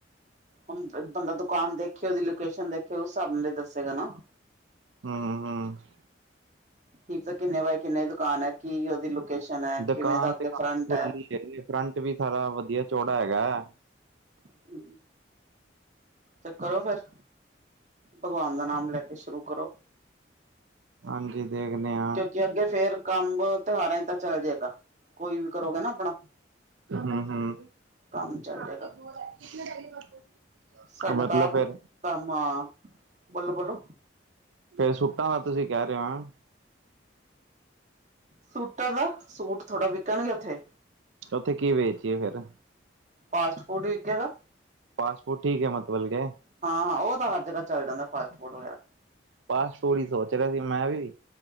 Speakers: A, on the right; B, on the right.
A: ਹ ਬੰਦਾ ਦੁਕਾਨ ਦੇਖਿਓ, ਉਹਦੀ ਲੋਕੇਸ਼ਨ ਦੇਖਿਓ, ਉਸ ਹਿਸਾਬ ਨਾਲ ਦੱਸੇਗਾ ਨਾ।
B: ਹੂ- ਹੂ- ਹੂ।
A: ਕੀ ਕਿੰਨੇ ਬਾਏ ਕਿੰਨੇ ਦੁਕਾਨ ਹੈ, ਕੀ ਉਹਦੀ ਲੋਕੇਸ਼ਨ ਹੈ,
B: ਦੁਕਾਨ
A: ਕਿਵੇਂਦਾ ਅੱਗੇ
B: ਤੇ ਖੁੱਲੀ
A: ਫਰੰਟ ਹੈ।
B: ਫਰੰਟ ਵੀ ਸਾਰਾ ਵਧੀਆ ਚੌੜਾ ਹੈਗਾ।
A: ਹੂ। ਤੇ ਕਰੋ ਫੇਰ, ਭਗਵਾਨ ਦਾ ਨਾਮ ਲੈ ਕੇ ਸ਼ੁਰੂ ਕਰੋ।
B: ਹਾਂਜੀ। ਦੇਖਦੇ ਹਾਂ।
A: ਕਿਉਂਕਿ ਅੱਗੇ ਫੇਰ ਕੰਮ ਤਿਉਹਾਰਾਂ 'ਚ ਤਾਂ ਚੱਲ ਜਾਏਗਾ, ਕੋਈ ਵੀ ਕਰੋਗੇ ਨਾ ਆਪਣਾ।
B: ਹੂ- ਹੂ। <unintelligible>
A: ਕੰਮ ਚੱਲ ਜਾਏਗਾ ਸਾਡਾ
B: ਮਤਲਬ
A: ਤਾਂ ਆਪ
B: ਫਿਰ
A: ਕੰਮ ਆਂ। ਬੋਲੋ-ਬੋਲੋ।
B: ਫੇਰ ਸੁੱਟਾਂ ਦਾ ਤੁਸੀਂ ਕਹਿ ਰਹੇ ਹੋ?
A: ਸੂਟਾਂ ਦਾ, ਸੂਟ ਥੋੜ੍ਹਾ ਵਿਕਣਗੇ ਉੱਥੇ?
B: ਉੱਥੇ ਕੀ ਵੇਚੀਏ ਫੇਰ?
A: ਫਾਸਟ ਫੂਡ ਵਿਕੇ ਗਾ।
B: ਫਾਸਟ ਫੂਟ ਠੀਕ ਹੈ ਮਤਲਬ ਕੇ।
A: ਹਾਂ- ਹਾਂ ਉਹ ਤਾਂ ਹਰ ਜਗ੍ਹਾ ਚੱਲ ਜਾਂਦਾ ਫਾਸਟ ਫੂਡ ਵਗੈਰਾ।
B: ਬਸ ਫਾਸਟ ਫੂਡ ਸੋਚ ਰਿਹਾ ਸੀ ਮੈਂ ਵੀ।